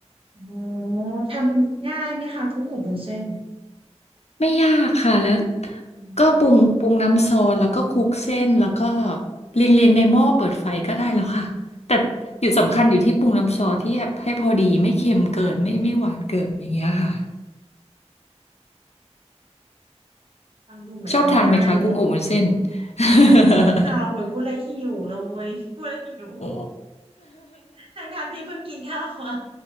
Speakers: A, on the right; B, on the left.
A: อ๋อทำง่ายไหมคะกุ้งอบวุ้นเส้น
B: ไม่ยากค่ะแล้ว
A: ทำอื
B: ก็ปรุงปรุงน้ำซอสแล้วก็คลุกเส้นแล้วก็
A: ม
B: เรียงเรียงในหม้อเปิดไฟก็ได้แล้วค่ะแต่อยู่สำคัญอยู่ที่ปรุงน้ำซอสที่แบบให้พอดีไม่เค็มเกินไม่ไม่หวานเกินอย่างเงี้ยค่ะ
A: ฟังดูเหมือนทำง่ายเลย
B: ชอบทานไหมคะกุ้งอบวุ้นเส้น
A: ชอบค่ะโหยพูดแล้วหิวเลยพูดแล้วหิว
B: <laughs> โอ้
A: ทั้งทงที่เพิ่งกินข้าวมา